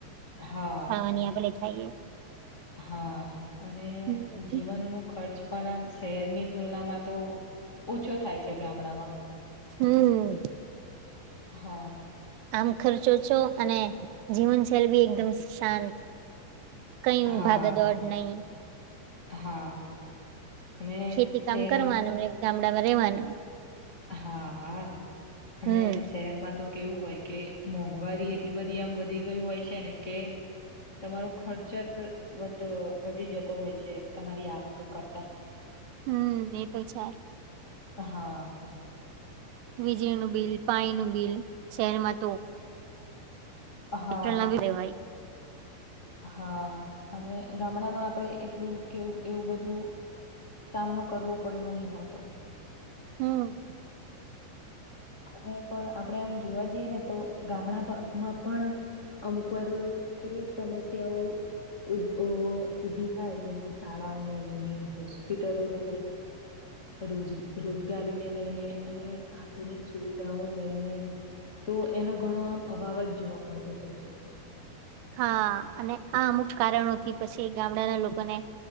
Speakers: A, on the left; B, on the right.
A: હા
B: ખાવાની આપડે થાયએ
A: હા અને
B: હમ
A: જીવનનો ખર્ચ પણ આમ શહેરની તુલનામાં તો ઓછો થાય છે ગામડામાં
B: હમ
A: હા
B: આમ ખર્ચો છો અને જીવન જેૈલ બી એકદમ શાંત કયું
A: હા
B: ભાગદોડ નહી
A: હા અને
B: ખેતી કામ
A: શહેરમાં
B: કરવાનું
A: તો
B: ગામડામાં રેવાનું
A: હા અને
B: હમ
A: શહેરમાં તો કેવું હોય કે મોંઘવારી એટલી બધી આમ વધી ગય હોય છે ને કે તમારો ખર્ચ જ વધ વધી જતો હોય છે તમારી આવક કરતા
B: હમ એ તો છે
A: હા
B: વીજળીનું બિલ પાણી નું બિલ શહેરમાં તો
A: હા
B: પેટ્રલ <unintelligible>
A: હા અને ગામડામાં આપણેે એટલું કેવું એવું બધું સામનો કરવો પડતો ની હોતો
B: હમ
A: અને પણ આપણેે આમ જોવા જઈએ ને તો ગામડામાં પણ અમુક વાર કેટલીક સમસ્યાઓ ઉ ઊભી થાય જેમ કે શાળાઓને લઈને હોસ્પિટલોને લઈને રોજ રોજગારીને લઈને અને આધુનિક સુવિધાઓ લઈને તો એનો ઘણો આમ <unintelligible> જોવા મળતો હોય છે
B: હા અને આ અમુક કારણોથી પછી ગામડાના લોકોને